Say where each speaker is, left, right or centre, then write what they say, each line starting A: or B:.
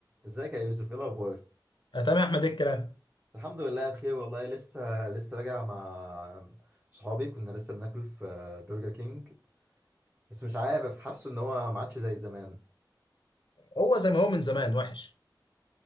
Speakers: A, on the right (about 15°); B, on the left (about 75°).
A: ازيك يا يوسف ايه الاخبار
B: آه، تمام يا احمد ايه الكلام
A: الحمد لله بخير والله لسه لسه راجع مع صحابي كنا لسه بناكل في برجر كينج بس مش عارف حاسه ان هو ما عادش زي زمان
B: هو زي ما هو من زمان وحش